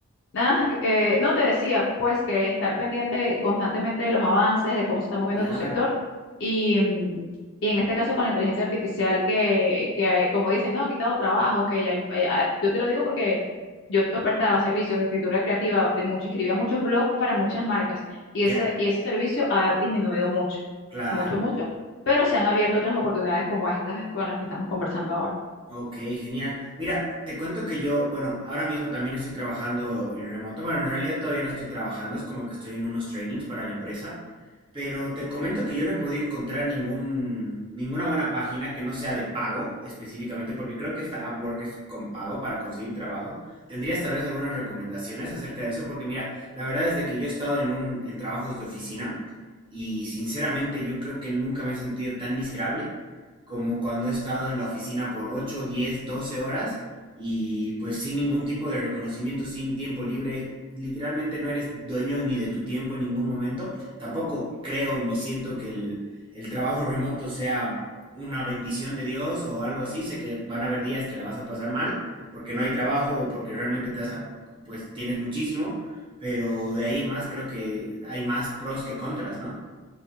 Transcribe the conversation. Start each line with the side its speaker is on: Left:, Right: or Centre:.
Left: Ah, <laughs> eh, no te decía, pues que estar pendiente constantemente de los avances, de cómo se está moviendo
Right: Claro,
Left: tu sector y, mm, y en este caso con la inteligencia artificial que, que eh, como dicen, no, ha quitado trabajo, que ya, hay- eh, ah, yo te lo digo porque yo esto prestaba servicios de escritura creativa, de mucho, escribía muchos blogs para muchas marcas y
Right: ya,
Left: ese, y ese servicio ha disminuido mucho,
Right: claro.
Left: mucho, mucho, pero se han abierto otras oportunidades como estas con las que estamos conversando ahora.
Right: Ok, genial. Mira, te cuento que yo, bueno, ahora mismo también estoy trabajando en remoto. Bueno, en realidad todavía no estoy trabajando, es como que estoy en unos trainings para la empresa, pero te comento que yo no he podido encontrar ningún, ninguna buena página que no sea de pago específicamente, porque creo que esta Upwork es con pago para conseguir trabajo. ¿Tendrías tal vez algunas recomendaciones acerca de eso? Porque mira, la verdad es de que yo he estado en un, en trabajos de oficina y sinceramente yo creo que nunca me he sentido tan miserable como cuando he estado en la oficina por 8 10 12 horas y pues sin ningún tipo de reconocimiento, sin tiempo libre, literalmente no eres dueño ni de tu tiempo en ningún momento. Tampoco creo ni siento que el, el trabajo remoto sea una bendición de Dios o algo así. Sé que van a haber días que la vas a pasar mal porque no hay trabajo o porque realmente te vas a- pues tienes muchísimo, pero de ahí en más creo que hay más pros que contras, ¿no?